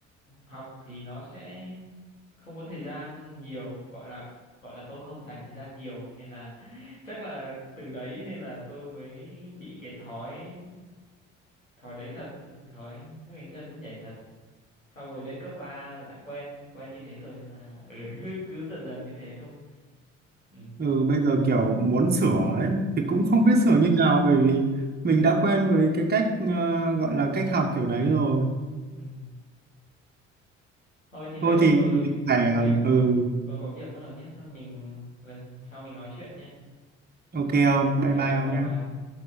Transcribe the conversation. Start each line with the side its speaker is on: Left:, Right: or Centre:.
Left: học thì nó sẽ không có thời gian nhiều gọi là gọi là tôi không dành thời gian nhiều nên là <laughs> chắc là từ đấy nên là tôi mới bị cái thói thói đấy thật thói nước đến chân mới nhảy thật xong rồi lên cấp 3 lại quen quen như thế rồi nên là ừ, <laughs> cứ cứ dần dần như thế thôi ừ.
Right: ừ, bây giờ kiểu muốn sửa ấy thì cũng
Left: Vẫn-
Right: không biết sửa như nào bởi vì mình đã quen với cái cách ờ, gọi là cách học kiểu đấy rồi
Left: ừ. thôi thì bây
Right: thôi
Left: giờ
Right: thì
Left: tôi
Right: mình phải
Left: có việc
Right: ờ, ừ,
Left: tôi có việc mất rồi nhé thôi mình lần sau mình nói chuyện nhé
Right: ok không
Left: ok
Right: bye bye
Left: ông
Right: ông
Left: bye
Right: nhá
Left: bye ông